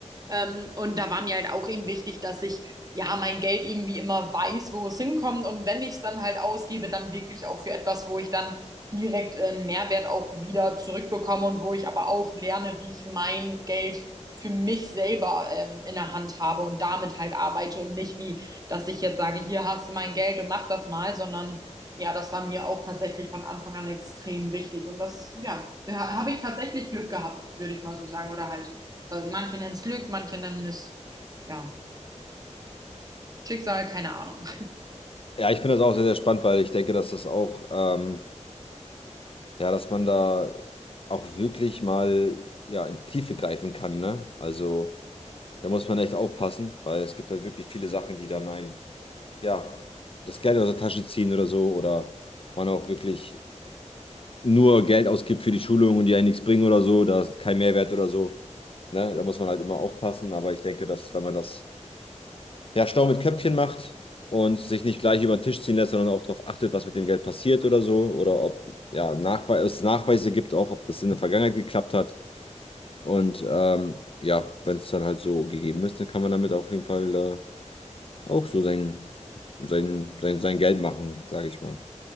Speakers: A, on the right; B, on the left.
A: Ähm, und da war mir halt auch eben wichtig, dass ich ja, mein Geld irgendwie immer weiß, wo es hinkommt. Und wenn ich es dann halt ausgebe, dann wirklich auch für etwas, wo ich dann direkt äh, einen Mehrwert auch wieder zurückbekomme und wo ich aber auch lerne, wie ich mein Geld für mich selber ähm, in der Hand habe und damit halt arbeite und nicht wie, dass ich jetzt sage, hier hast du mein Geld und mach das mal, sondern ja, das war mir auch tatsächlich von Anfang an extrem wichtig und das, ja, äh, ha- habe ich tatsächlich Glück gehabt, würde ich mal so sagen oder halt, äh, manche nennen es Glück, manche nennen es, ja. Schicksal, keine Ahnung.
B: Ja, ich finde das auch sehr, sehr spannend, weil ich denke, dass das auch, ähm, ja, dass man da auch wirklich mal, ja, ins Tiefe greifen kann, ne? Also, da muss man echt aufpassen, weil es gibt halt wirklich viele Sachen, die dann einen ja, das Geld aus der Tasche ziehen oder so oder man auch wirklich nur Geld ausgibt für die Schulung und die einen nichts bringen oder so, da ist kein Mehrwert oder so. Ne? Da muss man halt immer aufpassen, aber ich denke, dass wenn man das ja schlau mit Köpfchen macht und sich nicht gleich über den Tisch ziehen lässt, sondern auch darauf achtet, was mit dem Geld passiert oder so oder ob ja, Nachweis, es Nachweise gibt, auch ob das in der Vergangenheit geklappt hat und ähm, ja, wenn es dann halt so gegeben ist, dann kann man damit auf jeden Fall äh, auch so sein, sein, sein, sein Geld machen, sage ich mal.